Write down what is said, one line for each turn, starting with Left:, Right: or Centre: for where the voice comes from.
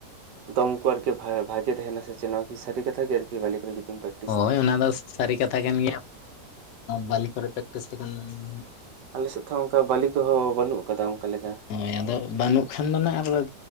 Right: ᱫᱚ ᱩᱱᱠᱩ ᱟᱨᱠᱤ ᱵᱷᱟᱜᱮ ᱛᱟᱦᱮᱱᱟ ᱥᱮ ᱪᱮᱫ ᱱᱚᱣᱟ ᱠᱤ ᱥᱟᱹᱨᱤ ᱠᱟᱛᱷᱟ ᱜᱮ ᱟᱨᱠᱤ ᱵᱟᱞᱤ ᱠᱚᱨᱮ ᱡᱩᱫᱤᱢ ᱯᱨᱮᱠᱴᱤᱥᱟ
Left: ᱦᱳᱭ ᱚᱱᱟ ᱫᱚ ᱥᱟᱹᱨᱤ ᱠᱟᱛᱷᱟ ᱠᱟᱱ ᱜᱮᱭᱟ ᱵᱟᱞᱤ ᱠᱚᱨᱮ <unintelligible>
Right: ᱟᱞᱮ ᱥᱮᱫ ᱫᱚ ᱚᱱᱠᱟ ᱵᱟᱹᱞᱤ ᱠᱚᱦᱚᱸ ᱵᱟᱹᱱᱩᱜ ᱟᱠᱟᱫᱟ ᱚᱱᱠᱟ ᱞᱮᱠᱟ
Left: ᱦᱳᱭ ᱟᱫᱚ ᱵᱟᱹᱱᱩᱜ ᱠᱷᱟᱱ ᱫᱚ ᱟᱜ ᱟᱨ